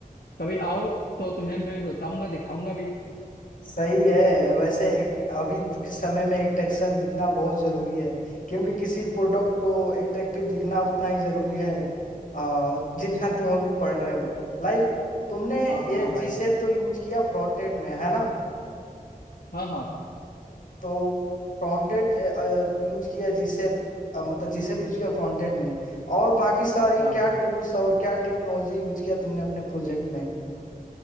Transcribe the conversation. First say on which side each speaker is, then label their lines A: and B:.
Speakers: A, on the left; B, on the left.
A: कभी आओ तो तुम्हें मैं भी बताऊंगा दिखाऊंगा भी
B: सही है वैसे एक अभी तो के समय में इंटेक्शन दिखना बहुत जरूरी है क्योंकि किसी प्रोडक्ट को एट्रैक्टिव दिखना उतना ही जरूरी है आ, जितना तुम अभी पढ़ रहे हो लाइक तुमने
A: हाँ
B: ये
A: हाँ भाई
B: जी शेप तो यूज किया फ्रंट एंड में है ना
A: हाँ हाँ
B: तो फ्रंट एंड यूज किया जी शेप मतलब जी शेप यूज किया फ्रंट एंड में और बाकी सारी
A: हाँ
B: क्या
A: हाँ
B: टूल्स और क्या टेक्नोलॉजी यूज किया तुमने अपने प्रोजेक्ट में